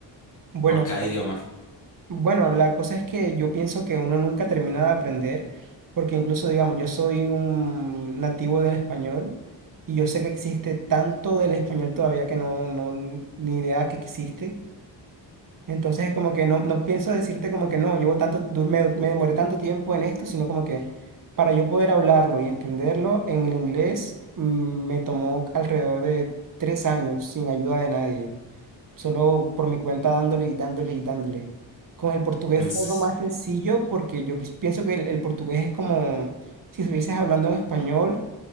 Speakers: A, on the right; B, on the left.
A: Bueno,
B: por cada idioma?
A: Bueno, la cosa es que yo pienso que uno nunca termina de aprender, porque incluso, digamos, yo soy un nativo del español y yo sé que existe tanto del español todavía que no, no, ni idea que existe. Entonces es como que no, no pienso decirte como que no, llevo tanto, du- me, me demoré tanto tiempo en esto, sino como que para yo poder hablarlo y entenderlo en el inglés mm, me tomó alrededor de tres años sin ayuda de nadie solo por mi cuenta dándole y dándole y dándole. Con el portugués
B: Mm,
A: fue
B: s-
A: algo más sencillo porque yo quis- pienso que el, el portugués es como si estuvieses hablando en español,